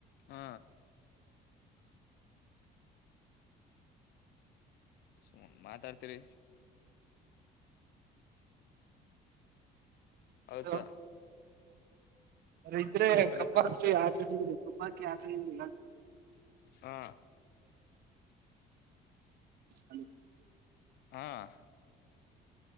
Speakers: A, on the left (about 70°); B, on the right (about 70°).
A: ಹ್ಮ ಹು ಮಾತಾಡ್ತಿರಿ
B: ಅಂತ
A: ಹೌಸ
B: ಇದ್ರೆ ಕಬ್ಬರ್ತಿ
A: ಸ
B: ಆ ಚಿದ್ರ ತುಪಕ್ಕೆ ಆಕಲ್ಲ
A: ಹಾ
B: ಹ
A: ಹಾ ಹ